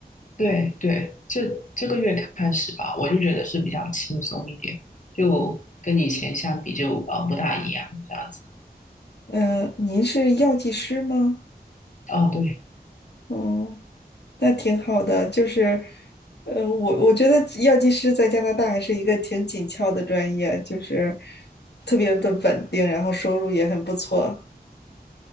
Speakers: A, on the left; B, on the left.
A: 对对，这这个月开始吧，我就觉得是比较轻松一点，就跟以前相比就呃不大一样这样子。
B: 嗯，您是药剂师吗？
A: 哦，对。
B: 嗯，那挺好的。就是，呃，我我觉得药剂师在加拿大还是一个挺紧俏的专业，就是特别的稳定，然后收入也很不错，